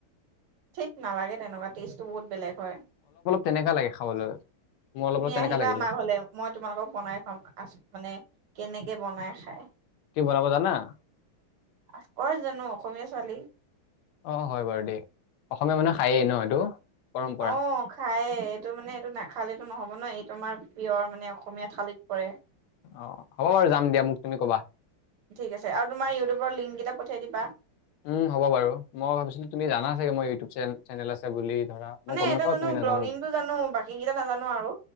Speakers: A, on the right (about 80°); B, on the left (about 80°).
A: ঠিক নালাগে তেনেকুৱা টেষ্টটো বহুত বেলেগ হয়।
B: কেনেকা লাগে খাবলৈ? মোৰ অলপ
A: তুমি
B: অলপ তেনেকা
A: আহিবা
B: লাগিলে।
A: আ মমাক হলে মই তোমালোকক বনাই খাম আ মানে কেনেকে বনাই খাই।
B: কি বনাব জানা।
A: আফকচ জানো অসমীয়া ছোৱালী।
B: অ হয় বাৰু দেই অসমীয়া মানুহে খায়েই ন এইটো? পৰম্পৰা।
A: অ খায়ে এইটো মানে এইটো ন। থালিতো নহ'ব ন এইটো আমাৰ প্ৰিয়ৰ মানে অসমীয়া থালিত পৰে।
B: অহ হ'ব বাৰু যাম দিয়া মোক তুমি ক'বা।
A: ঠিক আছে আৰু তোমাৰ ইউটিউবৰ লিংক কেইটা পঠিয়াই দিবা
B: উম হ'ব বাৰু মই ভাবিছিলো তুমি জানা চাগে মোৰ ইউটিউব চেনেল। চেনেল আছে বুলি। ধৰা মই
A: মানে
B: গম
A: এটা
B: নাপাওঁ
A: জানো
B: তুমি নাজানা
A: ব্লগিংটো
B: বুলি
A: জানো বাকী কেইটা নাজানো আৰু